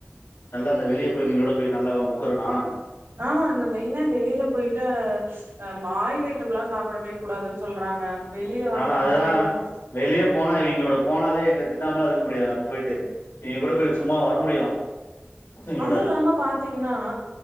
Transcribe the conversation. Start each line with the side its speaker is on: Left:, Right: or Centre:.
Left: நல்லா இந்த வெளிய போய்வங்களோட போய் நல்லா மொக்குருனா
Right: ஆமா அந்த மெயினா வெளில போயிட்டு அஹ் அயில் <unintelligible> எல்லாம் சாப்டவே கூடாது சொல்றாங்க வெளில வாங்கி
Left: ஆனா அதுதான்
Right: ஆயில் ஐட்டம்
Left: வெளியே போனா இவங்களோட போனாலே எங்க திட்டாமலா இருக்க முடியாது நம்ம போயிட்டு நீ கூட கொ சும்மா வர முடியு பசங்களோட
Right: அதுவு இல்லாம பாத்தீங்கன்னா